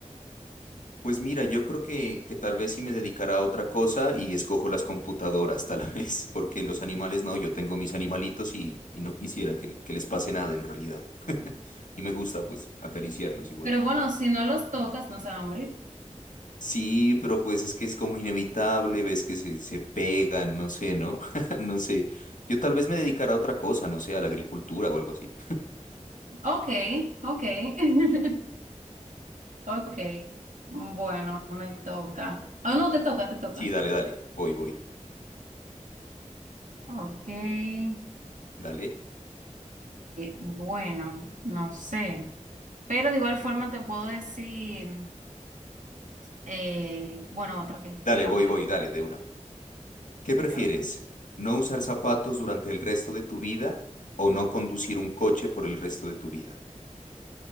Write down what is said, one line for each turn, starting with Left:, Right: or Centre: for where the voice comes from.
Left: Pues mira, yo creo que, que tal vez sí me dedicará a otra cosa y escojo las computadoras, tal <laughs> vez, porque los animales no, yo tengo mis animalitos y, y no quisiera que, que les pase nada en realidad. <laughs> Y me gusta pues acariciarlos igual.
Right: Pero bueno, si no los tocas, no se va a morir.
Left: Sí, pero pues es que es como inevitable, ves que se, se pegan, no sé, ¿no? <laughs> No sé. Yo tal vez me dedicara a otra cosa, no sé, a la agricultura o algo así.
Right: Ok, ok. <laughs> Ok. Bueno, me toca. Oh, no, te toca, te toca.
Left: Sí, dale, dale, voy, voy.
Right: Ok, eh,
Left: Dale,
Right: bueno, no sé, pero de igual forma te puedo decir, eh, bueno, otra, ok,
Left: dale,
Right: mira
Left: voy,
Right: otra,
Left: voy, dale, de una. ¿Qué prefieres?
Right: mira otra.
Left: ¿No usar zapatos durante el resto de tu vida o no conducir un coche por el resto de tu vida?